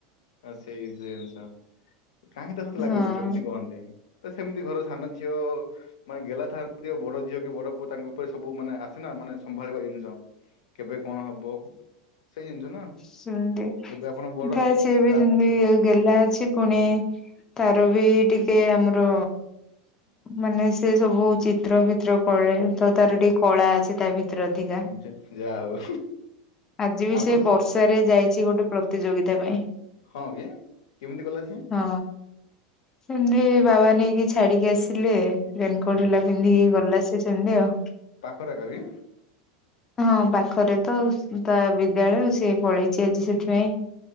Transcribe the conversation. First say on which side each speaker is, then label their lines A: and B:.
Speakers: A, on the left; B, on the left.
A: ଅ- ସେଇ ସେ ଜିନିଷ କାହିଁକି ତା ସହିତ ଲାଗୁଚୁ
B: ହଁ
A: ଏମିତି କୁହନ୍ତି ତ ସେମିତି ଘର ସାନ ଝିଅ ମାନେ ଗେଲା ଥାଆନ୍ତି ବଡ ଝିଅ କି ବଡ ପୁଅ ତାଙ୍କ ଉପରେ ସବୁ ମାନେ ଆସେନା ମାନେ ସମ୍ଭାଳିବା ଜିନିଷ କେବେ କଣ ହବ ସେଇ ଜିନିଷ ନା
B: ସେମତି
A: ଏବେ ଆପଣ ବଡ
B: ଥାଏ ସିଏ ବି
A: ତ
B: ସେମିତି ଗେହ୍ଲା ଅଛି ପୁଣି ତାର ବି ଟିକେ ଆମର ମାନେ ସେ ସବୁ ଚିତ୍ର ଭିତ୍ର କଲେ ତ ତାର ଟିକେ କଳା ଅଛି ତା ଭିତରେ ଅଧିକା।
A: ହେ ଯା ହଉ।
B: ଆଜି ବି
A: ଆପଣ
B: ସେ ବର୍ଷାରେ ଯାଇଚି ଗୋଟେ ପ୍ରତିଯୋଗିତା ପାଇଁ।
A: ହଁ କି କେମିତି ଗଲା ସେ?
B: ହଁ ସେମିତି ବାବା ନେଇକି ଛାଡିକି ଆସିଲେ। ରେନିକୋଟ୍
A: ହୁଁ
B: ହେଲା ପିନ୍ଧିକି ଗଲା ସେ ସେମିତି ଆଉ।
A: ପାଖରେ ଏକା କି?
B: ହଁ ପାଖରେ ତ ତା ବିଦ୍ୟାଳୟ ସିଏ ପଳେଇଚି ଆଜି ସେଥିପାଇଁ।